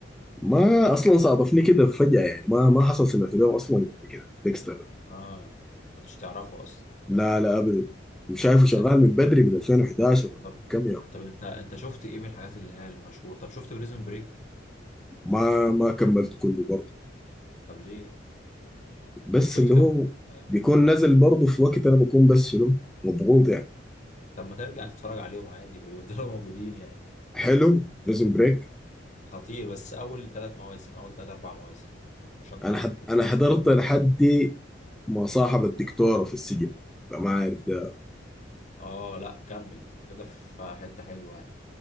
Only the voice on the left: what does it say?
اه كنتش تعرفه اصلا
طب
طب
طب انت انت شفت ايه من الحاجات اللي هي المشهور طب شفت بريزون بريك
طب ليه
شفت
كام
موسم؟
طب ما ترجع تتفرج عليهم عادي بيفضلوا <laughs> موجودين يعني
خطير بس اول ثلاث مواسم اول ثلاث اربع مواسم مش اكتر
من
كده
اه لا كمل انت كده في حتة حلوة يعني